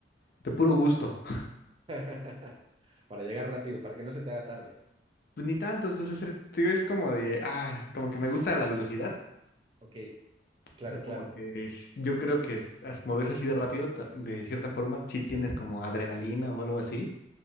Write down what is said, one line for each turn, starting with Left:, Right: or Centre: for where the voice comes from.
Left: de puro gusto. <laughs>
Right: <laughs> Para llegar rápido, para que no se te haga tarde.
Left: Pues ni tanto, entonces es, es como de, ah, como que me gusta la velocidad.
Right: Ok, claro,
Left: Entonces
Right: claro.
Left: como que es- yo creo que es- as- moverse así de rápido, ta- de cierta forma, sí tienes como adrenalina o algo así.